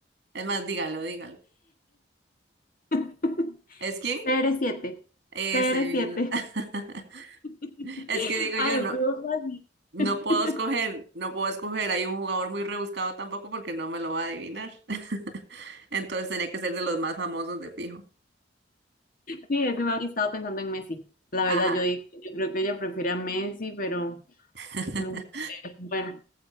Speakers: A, on the right; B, on the left.
A: Es más, dígalo, dígalo.
B: <laughs>
A: ¿Es quién?
B: C R siete.
A: Ese
B: C R
A: mismo.
B: siete.
A: <laughs>
B: <laughs>
A: Es que digo
B: Ah,
A: yo
B: estuvo
A: no.
B: fácil.
A: No
B: <laughs>
A: puedo escoger, no puedo escoger. Hay un jugador muy rebuscado tampoco porque no me lo va a adivinar. <laughs> Entonces tenía que ser de los más famosos de fijo.
B: Sí, ese me ha estado pensando en Messi. La
A: Ajá.
B: verdad, yo, dije, yo creo que ella prefiere a Messi, pero
A: <laughs>
B: no sé. Bueno.